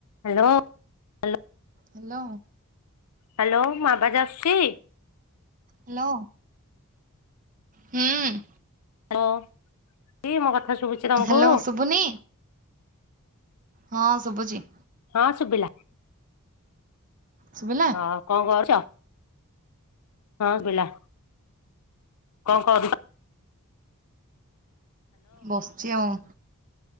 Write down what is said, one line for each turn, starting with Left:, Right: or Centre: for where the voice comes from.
Left: Hello hello.
Right: ହ୍ୟାଲୋ
Left: ହ୍ୟାଲୋ ମୋ ଆବାଜ଼ ଆସଛି?
Right: ହ୍ୟାଲୋ ହୁଁ।
Left: ହ ଦି ମୋ କଥା ଶୁଭୁଛି ତମକୁ?
Right: ହ୍ୟାଲୋ ଶୁଭୁନି ହଁ ଶୁଭୁଚି।
Left: ହଁ ସୁଭିଲା।
Right: ଶୁଭିଲା?
Left: ହଁ କଣ କରୁଛ? ହଁ ବିଲା। କଣ କରୁ
Right: ବସିଛି ଆଉ।